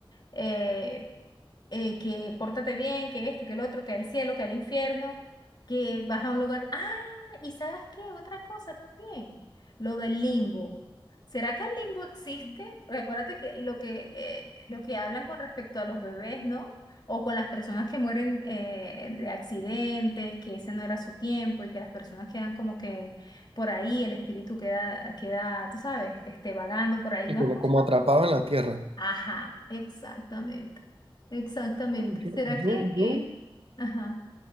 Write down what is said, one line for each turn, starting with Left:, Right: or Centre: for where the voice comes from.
Left: eh, eh, que pórtate bien, que esto, que el otro, que el cielo, que el infierno, que vas a un lugar. Ah, y ¿sabes qué? Otra cosa también, lo del limbo. ¿Será que el limbo existe? Porque acuérdate que lo que, eh, lo que hablan con respecto a los bebés, ¿no? O con las personas que mueren eh, de accidentes, que ese no era su tiempo y que las personas quedan como que por ahí, el espíritu queda, queda, tú sabes, este, vagando por ahí.
Right: Y
Left: ¿No
Right: como,
Left: has escuchado
Right: como atrapado en la tierra.
Left: Ajá, exactamente, exactamente.
Right: Yo,
Left: ¿Será que,
Right: yo,
Left: que,
Right: yo,
Left: ajá,